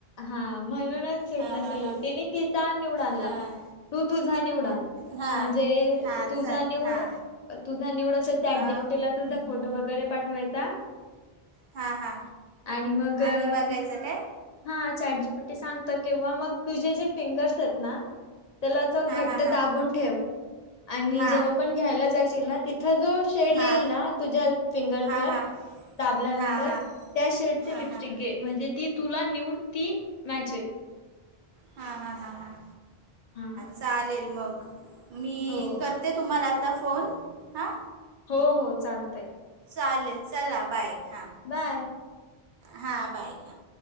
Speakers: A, on the left; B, on the right.
A: हा म्हणूनच सुटना
B: हां हां
A: सल
B: हां
A: तिने तिचा न्यूड आणला
B: हां
A: तू तुझा न्यूड आण.
B: हां
A: म्हणजे
B: हां
A: तुझा
B: चल
A: निवड.
B: हां
A: तुझा न्यूड असल तर चॅट
B: अं,
A: जीपीटीला तुझा फोटो वगैरे पाठवायचा.
B: हा हा
A: आणि मग अ,
B: आणि बघायचं काय.
A: हा चटजी पिट्टी सांगत किंवा मग तुझे जे फिंगर्स आहेत ना त्याला. च घट्ट
B: हां हां हां
A: दाबून ठेव. आणि
B: हां
A: जेव्हा पण घ्यायला जाशील ना तिथं जो शेड
B: हां
A: येईल ना तुझ्या फिंगर्स
B: हां
A: वर.
B: हां
A: दाबल्यानंतर
B: हां हां
A: त्या शेड चे
B: हां
A: लिपस्टिक
B: हां
A: घे. म्हणजे ती तुला न्यूड ती मॅच होईल.
B: हा हा हा हा.
A: हा.
B: चालेल मग मी
A: हो
B: करते तुम्हाला आत्ता फोन हा.
A: हो हो चालतंय.
B: चालेल चला बाय हां.
A: बाय.
B: हा बाय हा.